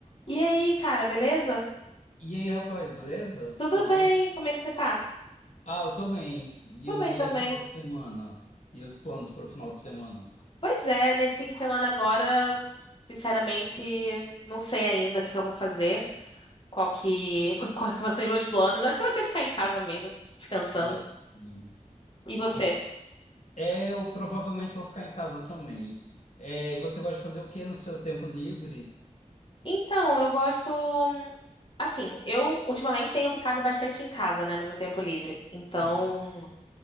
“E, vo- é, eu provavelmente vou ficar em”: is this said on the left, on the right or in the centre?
Left